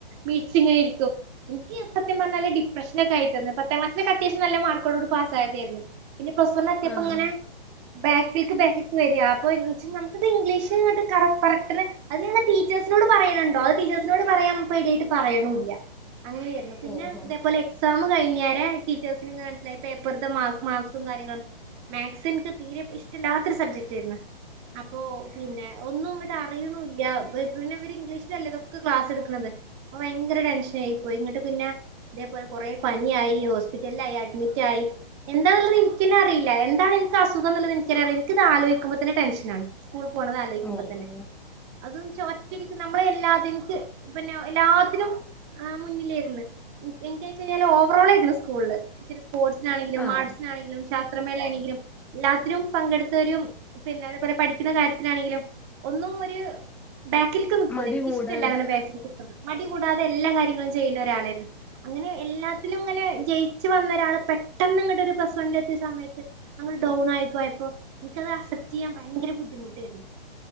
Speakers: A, on the right (about 30°); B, in the centre.
A: മിഴിച്ചിങ്ങനെയിരിക്കും. ഇനിക്ക് സത്യം പറഞ്ഞാല് ഡിപ്രഷനൊക്കെ ആയി തീർന്ന് പത്താം ക്ലാസ്സിലൊക്കെ അത്യാവശ്യം നല്ല മാർക്കോട് കൂടെ പാസ് ആയതായിരുന്നു പിന്നെ പ്ലസ് വൺ എത്തിയപ്പ
B: ആഹ്
A: ഇങ്ങനെ ബാക്കിൽക്ക് ബാക്കിൽക്ക് വെരാ അപ്പോ <unintelligible> ഇത് ഇംഗ്ലീഷ് ഇങ്ങട്ട് കറക്റ്റ് <unintelligible> അത് ഞങ്ങള് ടീച്ചേഴ്സിനോട് പറയണണ്ടോ അത് ടീച്ചേഴ്സിനോട് പറയാൻ പേടിയായിട്ട് പറയണൂല്ലാ അങ്ങനെയാ പിന്നെ
B: ഓ ഓ
A: ഇതേപോലെ എക്സാമ് കഴിഞ്ഞേരെ ടീച്ചേഴ്സിനെന്നെ മനസ്സിലായി പേപ്പറ്ത്തെ മാ മാർക്കും കാര്യങ്ങളൊക്കെ മാത് സ് ഇൻക്ക് തീരെ ഇഷ്ട്ടല്ലാത്തൊരു സബ്ജക്റ്റ് ആയിരുന്ന് അപ്പൊ പിന്നെ ഒന്നും ഇങ്ങട്ട് അറിയണൂല്ലാ എ പ് പിന്നെ ഇവര് ഇംഗ്ലീഷിലല്ലേ ഇതൊക്കെ ക്ലാസ്സ് എടുക്കണത് അപ്പ ഭയങ്കര ടെൻഷനായിയിപ്പോയി എന്നിട്ട് പിന്നെ ഇതേപോലെ കൊറേ പനിയായി ഹോസ്പിറ്റലിലായി അഡ്മിറ്റ് ആയി എന്താന്ന്ള്ളത് ഇൻക്കെന്നെ അറിയില്ലാ എന്താണ് ഇൻക്ക് അസുഖന്ന്ള്ളത് ഇൻക്കെന്നെ അറിയില്ലാ ഇൻക്കത് ആലോചിക്കുമ്പോ തന്നെ ടെൻഷനാ സ്കൂള് പോണത് ആലോചിക്കുമ്പോ
B: ഓ
A: തന്നെ
B: ഓ
A: അത്‌ന്നെച്ചാ ഒറ്റടിക്ക് നമ്മളെ എല്ലാതിൻക്ക് പിന്നെ എല്ലാത്തിനും ആഹ് മുന്നിലേരുന്നു ഇൻക്ക് ഇൻക്കെച്ചാല് ഓവറോൾ ആയിരുന്നു സ്കൂളില് സ്പോർട്സിനാണങ്കിലും
B: ആഹ്
A: ആർട്സിനാണെങ്കിലും ശാസ്ത്രമേള ആണെങ്കിലും എല്ലാത്തിനും പങ്കെടുത്തുവരും പിന്നെ അതേപോലെ പടിക്ക് ക്കണ കാര്യത്തിനാണെങ്കിലും ഒന്നും ഒരു ബാക്കിൽക്ക് നിക്കൂലാ
B: മടി
A: എനിക്കിഷ്ട്ടല്ല
B: കൂടാതെ
A: അങ്ങനെ ബാക്കിൽ മടി കൂടാതെ എല്ലാ കാര്യങ്ങളും ചെയ്യുന്ന ഒരാളായിരുന്നു അങ്ങനെ എല്ലാത്തിലും ഇങ്ങനെ ജയിച്ചു വന്ന ഒരാള് പെട്ടെന്ന് ഇങ്ങട്ട് ഒരു പ്ലസ് വൺ എത്തിയ സമയത്ത് അങ്ങട് ഡൗൺ ആയി പോയപ്പോ എനിക്കത് അസപ്റ്റെയ്യാൻ ഭയങ്കര ബുദ്ധ് ബുദ്ധിമുട്ടായിരുന്നു